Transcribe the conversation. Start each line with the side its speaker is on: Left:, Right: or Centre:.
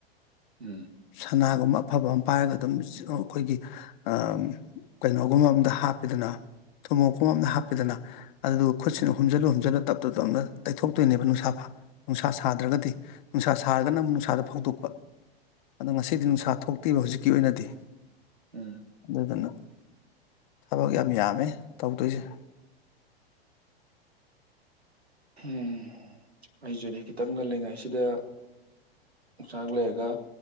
Right: ꯎꯝ
Left: ꯁꯅꯥꯒꯨꯝꯕ ꯑꯐꯕ ꯑꯝ ꯄꯥꯏꯔꯒ ꯑꯗꯨꯝ ꯑꯈꯣꯏꯒꯤ ꯑꯝ ꯀꯩꯅꯣꯒꯨꯝꯕ ꯑꯝꯗ ꯍꯥꯞꯄ‌ꯦꯗꯅ ꯊꯨꯃꯣꯛꯀꯨꯝꯕ ꯑꯝꯗ ꯍꯥꯞꯄ‌ꯦꯗꯅ ꯑꯗꯨ ꯈꯨꯠꯁꯤꯅ ꯍꯨꯝꯖꯜꯂ ꯍꯨꯝꯖꯜꯂ ꯇꯞ ꯇꯞ ꯇꯞꯅ ꯇꯩꯊꯣꯛꯇꯣꯏꯅꯦꯕ ꯅꯨꯁꯥ ꯐ ꯅꯨꯁꯥ ꯁꯗ꯭ꯔꯒꯗꯤ ꯅꯨꯁꯥ ꯁꯔꯒꯅ ꯑꯃꯨꯛ ꯅꯨꯁꯥꯗ ꯐꯧꯗꯣꯛꯄ ꯑꯗꯥ ꯉꯁꯤꯗꯤ ꯅꯨꯡꯁꯥ ꯊꯣꯛꯇꯦꯕ ꯍꯨꯖꯤꯛꯀꯤ ꯑꯣꯏꯅꯗꯤ
Right: ꯎꯝ
Left: ꯑꯗꯨꯅ ꯊꯕꯛ ꯌꯥꯝ ꯌꯥꯝꯃꯦ ꯇꯧꯗꯣꯏꯖ‌ꯦ
Right: ꯎꯝ ꯑꯩꯖꯨꯅꯦ ꯈꯤꯇꯪ ꯉꯜꯂꯤ ꯉꯩꯁꯤꯗ ꯎꯆꯥꯛ ꯂꯩꯔꯒ